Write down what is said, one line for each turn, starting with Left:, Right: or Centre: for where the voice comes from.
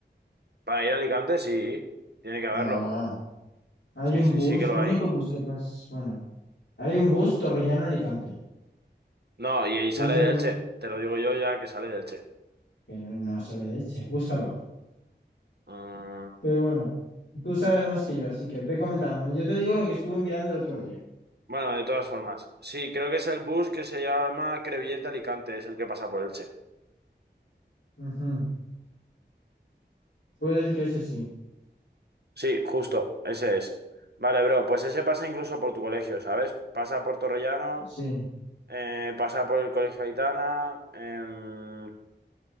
Right: para ir a Alicante, sí, tiene que haberlo.
Left: No, hay
Right: Sí,
Left: un
Right: sí,
Left: bus,
Right: sí que lo
Left: el único
Right: hay.
Left: bus que pasa, bueno, hay un bus Torrellano-Alicante,
Right: No, y, y sale
Left: que es
Right: de
Left: la...
Right: Elche, te lo digo yo ya que sale de Elche.
Left: que no, no sale de Elche, búscalo.
Right: Mm,
Left: Pero bueno, tú sabes más que yo, así que ve comentándome. Yo te digo lo que estuve mirando el otro día.
Right: Bueno, de todas formas. Sí, creo que es el bus que se llama Crevillente Alicante, es el que pasa por Elche.
Left: Ujú. Puede que ese sí.
Right: Sí, justo, ese es. Vale, bro, pues ese pasa incluso por tu colegio, ¿sabes? Pasa por Torrellano,
Left: Sí,
Right: eh, pasa por el Colegio Aitana, em,